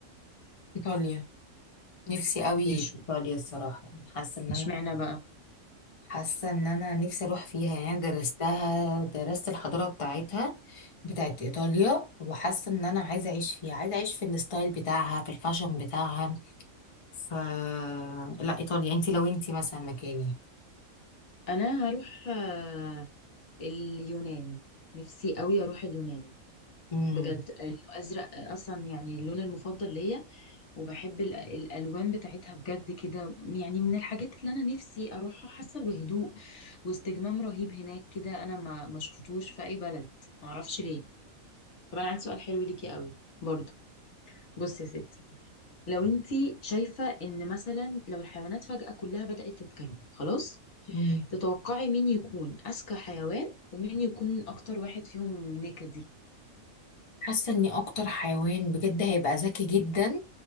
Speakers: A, on the left; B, on the left.
A: ايطاليا نفسي قوي
B: ليش
A: في ايطاليا الصراحه يعني حاسه ان
B: اشمعنى
A: انا
B: بقى
A: حاسه ان انا نفسي اروح فيها يعني درستها درست الحضاره بتاعتها بتاعت ايطاليا وحاسه ان انا عايزه اعيش فيها عايزه اعيش في الستايل بتاعها في الفاشن بتاعها ف لا ايطاليا انت لو انت مثلا مكاني
B: انا هروح آه، اليونان نفسي قوي اروح اليونان
A: امم
B: بجد الازرق اصلا يعني اللون المفضل ليا وبحب ال- الألوان بتاعتها بجد كده يعني من الحاجات اللي أنا نفسي أروحها حاسة بهدوء واستجمام رهيب هناك كده أنا ما ما شفتوش في أي بلد معرفش ليه طب أنا عندي سؤال حلو ليكي قوي برضه بصي يا ستي لو انتي شايفة ان مثلا لو الحيوانات فجأة كلها بدأت تتكلم خلاص
A: امم
B: تتوقعي مين يكون أذكى حيوان ومين يكون أكتر واحد فيهم نكدي
A: حاسه اني اكتر حيوان بجد هيبقى ذكي جدا